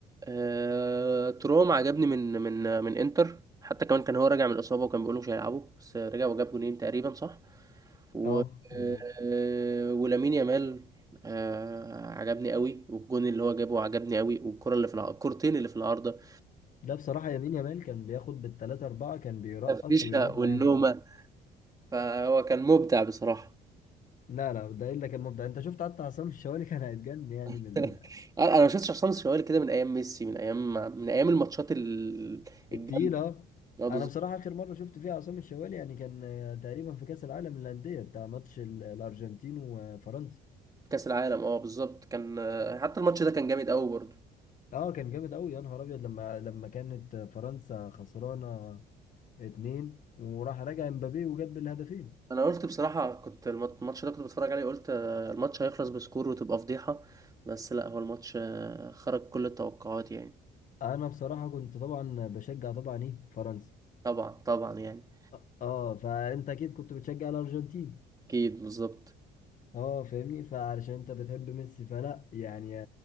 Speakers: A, on the right; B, on the left.
A: آه، تروم عجبني من من من انتر حتى كمان كان هو راجع من الاصابه وكان بيقولوا مش هيلعبوا بس رجع وجاب جونين تقريبا صح و
B: اه مظبوط
A: آه، ولامين يامال آه، عجبني قوي والجون اللي هو جابه عجبني قوي والكره اللي في الع... الكرتين اللي في العارضه
B: ده بصراحة يمين يامال كان بياخد بالتلاتة أربعة كان بيرقص
A: والتفريشه
B: ويروح
A: والنومه
B: ناحية الجول
A: فهو كان مبدع بصراحه
B: لا لا ده إلا كان مبدع أنت شفت حتى عصام الشوالي <laughs> كان هيتجن يعني
A: <laughs>
B: من ال-
A: انا ما شفتش عصام الشوالي كده من ايام ميسي من ايام من ايام الماتشات ال- الجامده
B: التقيل اه
A: اه بالظبط
B: أنا بصراحة آخر مرة شفت فيها عصام الشوالي يعني كان آه، تقريبا في كأس العالم للأندية بتاع ماتش ال- الأرجنتين وفرنسا
A: كاس العالم اه بالظبط كان آه، حتى الماتش ده كان جامد قوي برضه
B: اه كان جامد قوي يا نهار ابيض لما لما كانت فرنسا خسرانه اتنين وراح راجع امبابي وجاب الهدفين
A: انا قلت بصراحه كنت المط- الماتش ده كنت بتفرج عليه قلت آه، الماتش هيخلص بسكور وتبقى فضيحه بس لا هو الماتش آه، خرج كل التوقعات يعني
B: انا بصراحه كنت طبعا بشجع طبعا ايه فرنسا
A: طبعا طبعا يعني
B: اه آه، فانت اكيد كنت بتشجع الارجنتين
A: اكيد بالظبط
B: اه فاهمني فعلشان انت بتحب ميسي فلا يعني